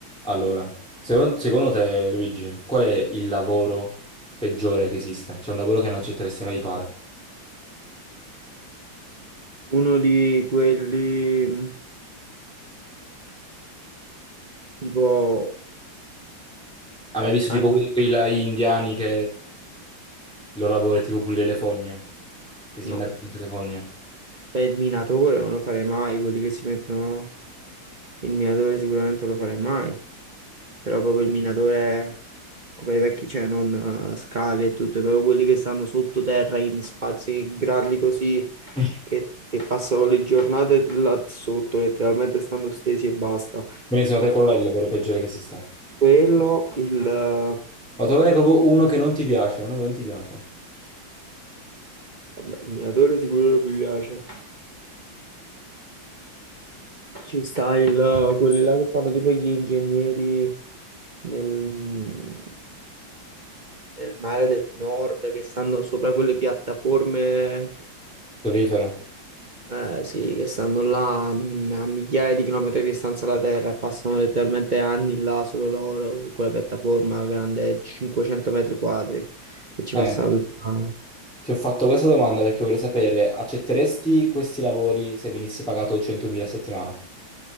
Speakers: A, in the centre; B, on the right.
A: Allora, secondo, secondo te, Luigi, qual è il lavoro peggiore che esiste? C'è un lavoro che non accetteresti mai di fare?
B: Uno di quelli mh, tipo...
A: Hai mai visto
B: ah,
A: tipo quelli, quelli là indiani che il loro lavoro è tipo pulire le fogne, che si
B: no,
A: immergono dentro le fogne?
B: è il minatore, non lo farei mai. Quelli che si mettono il minatore sicuramente non lo farei mai. Però proprio il minatore come i vecchi, cioè non eh, scavi e tutto, proprio quelli che stanno sottoterra in spazi grandi così,
A: <laughs>
B: che, che passano le giornate là sotto, letteralmente stando stesi e basta.
A: Quindi secondo te quello là è il lavoro peggiore che esiste?
B: Quello, il, eh,
A: Ma trovane proprio uno che non ti piace, uno che non ti piace.
B: vabbè, il minatore sicuro non mi piace. Ci sta il, eh, quelli là che fanno tipo gli ingegneri nel, nel mare del nord, che stanno sopra quelle piattaforme,
A: Prolifera.
B: eh, sì, che stanno là mm, a migliaia di chilometri di distanza dalla Terra e passano letteralmente anni là solo loro, su quella piattaforma grande 500 metri quadri e ci
A: Eh,
B: passano tutta
A: ti ho fatto questa domanda perché vorrei sapere, accetteresti questi lavori se venissi pagato 100.000 a settimana?